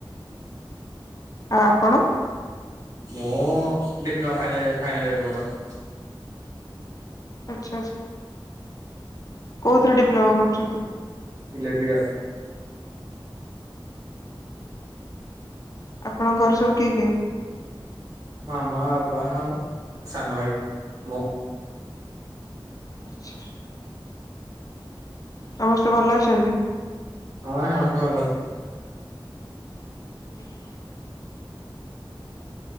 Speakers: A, on the left; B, on the right.
A: ଆଉ ଆପଣ?
B: ମୁଁ ଡିପ୍ଲୋମା ଫାଇନାଲ ଫାଇନାଲ ଇୟର ମୋର ।
A: ଆଚ୍ଛା ଆଛା । କୋଉଥିରେ ଡିପ୍ଲୋମା କରୁଚନ୍ତି ।
B: ଇଲେକ୍ଟ୍ରିକାଲ ।
A: ଆପଣଙ୍କ ଘରେ ସବୁ କିଏ କିଏ ।
B: ମାମା ବାବା ସାନ ଭାଇ ମୁଁ ।
A: ଆଛା । ସମସ୍ତେ ଭଲ ଅଛନ୍ତି ।
B: ହଁ ସମସ୍ତେ ଭଲ ଅଛନ୍ତି।
A: <unintelligible>